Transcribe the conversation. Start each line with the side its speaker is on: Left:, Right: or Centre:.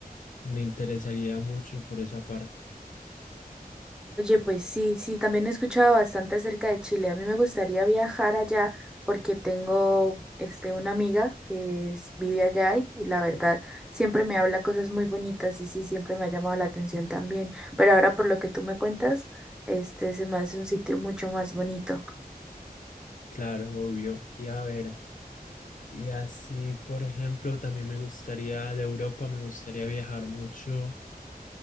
Left: me interesaría mucho por esa parte.
Centre: Oye, pues sí, sí, también he escuchado bastante acerca de Chile. A mí me gustaría viajar allá porque tengo este, una amiga que es- vive allá y, y la verdad siempre me habla cosas muy bonitas y sí, siempre me ha llamado la atención también. Pero ahora por lo que tú me cuentas, este se me hace un sitio mucho más bonito.
Left: Claro, obvio. Y a ver, y así, por ejemplo, también me gustaría de Europa, me gustaría viajar mucho